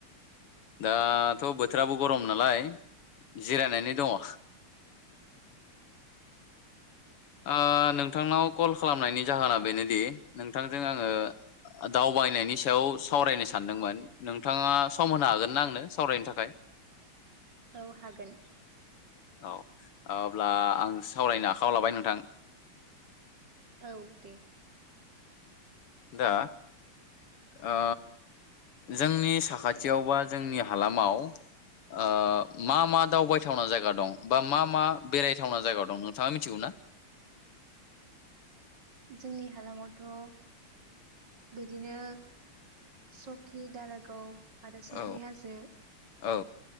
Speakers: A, on the left; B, on the right.
A: दाथ' बोथोराबो गरम नालाय जिरायनानै दङ। ओ नोंथांनाव कल खालामनायनि जाहोना बेनोदि नोंथांजों आङो दावबायनायनि सायाव सावरायनो सानदोंमोन नोंथाङा सम होनो हागोनना आंनो सावरायनो थाखाय।
B: औ हागोन।
A: औ अब्ला आं सावरायनो आखायाव लाबाय नोंथां।
B: औ दे।
A: दा ओ जोंनि साखाथियाव बा जोंनि हालामाव ओ मा मा दावबायथावना जायगा दं बा मा मा बेरायथावना जायगा दं नोंथाङा मिथिगौ ना?
B: जोंनि हालामावथ' बिदिनो सकि दारागाव आरो
A: औ
B: संख्रै हाजो।
A: औ